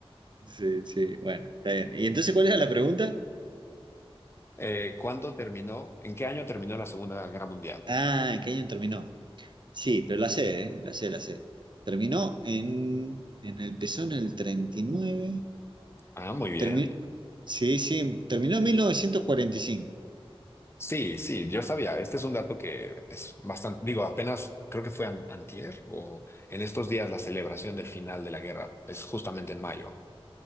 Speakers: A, on the right; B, on the left.
A: Sí, sí, bueno, está bien. ¿Y entonces cuál era la pregunta?
B: Eh, ¿cuándo terminó? ¿En qué año terminó la Segunda Guerra Mundial?
A: Ah, ¿en qué año terminó? Sí, pero la sé, ¿eh? La sé, la sé. Terminó en, en el pezón el 39.
B: Ah, muy bien.
A: Termi- sí, sí, terminó en 1945.
B: Sí, sí, yo sabía. Este es un dato que es bastante, digo, apenas creo que fue an- antier o en estos días la celebración del final de la guerra es justamente en mayo.